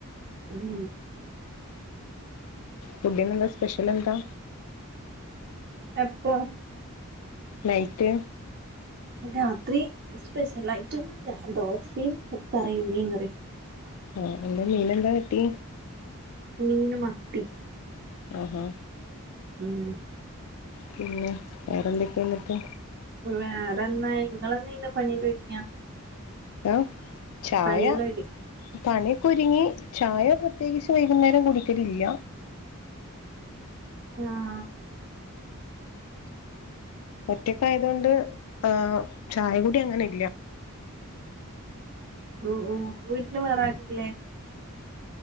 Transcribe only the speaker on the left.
ഫുഡ്ഡിനെന്താ സ്പെഷ്യലെന്താ
നൈറ്റ്
ആഹ് ന്നിട്ട് മീനെന്താ കാട്ടി
ആഹാ
പിന്നെ വേറെന്തൊക്കെ എന്നിട്ട്
<unintelligible> ചായ
പണി ഒക്കൊരുങ്ങി ചായ പ്രത്യകിച്ച് വൈകുന്നേരം കുടിക്കലില്ല.
ഒറ്റക്ക് ആയതൊണ്ട് ആഹ് ചായ കുടി അങ്ങനെ ഇല്ല.